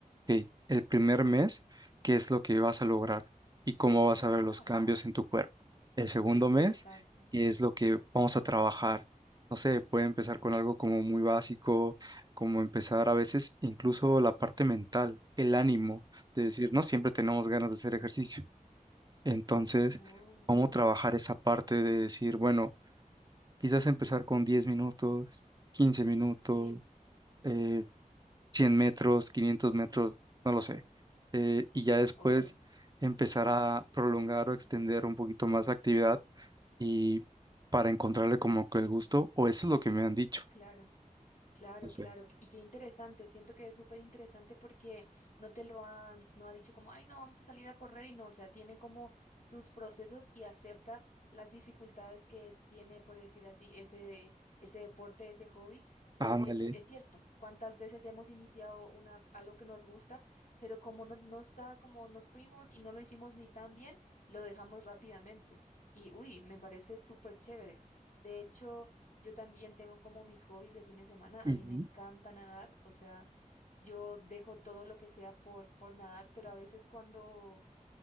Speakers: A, on the right; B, on the left.
A: ok, el primer mes, ¿qué es lo que vas a lograr? Y cómo vas a ver
B: nada.
A: los cambios en tu cuerpo. El
B: e-
A: segundo mes,
B: exacto.
A: ¿qué es lo que vamos a trabajar? No sé, puede empezar con algo como muy básico, como empezar a veces incluso la parte mental, el ánimo,
B: ok,
A: de decir, no siempre tenemos ganas de hacer ejercicio entonces,
B: Wow.
A: ¿cómo trabajar esa parte de decir, bueno, quizás empezar con 10 minutos, quince minutos,
B: Sí,
A: eh, 100 metros, 500 metros, no lo sé, eh, y ya después
B: ok,
A: empezar a prolongar o extender un poquito más la actividad y para encontrarle como que el gusto, o eso es lo que me han dicho,
B: claro. Claro,
A: no sé.
B: claro. Y qué interesante. Siento que es súper interesante porque no te lo han, no ha dicho como, ay, no, vamos a salir a correr y no. O sea, tiene como sus procesos y acepta las dificultades que tiene, por decir así, ese, ese deporte, ese hobby. Porque
A: Ándale.
B: es cierto, cuántas veces hemos iniciado una, algo que nos gusta, pero como no, no está, como nos fuimos y no lo hicimos ni tan bien, lo dejamos rápidamente. Y uy, me parece súper chévere. De hecho. Yo también tengo como mis hobbies de fin de semana. A mí
A: Ujú.
B: me encanta nadar, o sea, yo dejo todo lo que sea por, por nadar, pero a veces cuando